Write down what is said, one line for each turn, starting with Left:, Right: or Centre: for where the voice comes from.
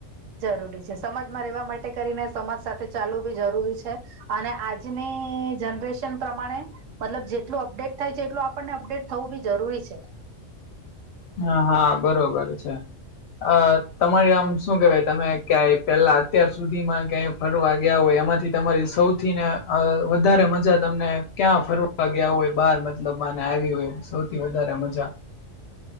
Right: જરૂરી છે. સમાજમાં રહેવા માટે કરીને, સમાજ સાથે ચાલવું બી જરૂરી છે. અને આજની જનરેશન પ્રમાણે મતલબ જેટલું અપડેટ થાય છે એટલું આપણને અપડેટ થવું બી જરૂરી છે.
Left: હા હા, બરોબર છે અ. તમારે આમ શું કેહેવાય, તમે ક્યાંય પેલા અત્યાર સુધીમાં ક્યાંય ફરવા ગયા હોય, એમાંથી તમારી સૌથી ને વધારે મજા તમને ક્યાં ફરવા ગયા હોય બહાર, મતલબ માને આવી હોય. સૌથી વધારે મજા.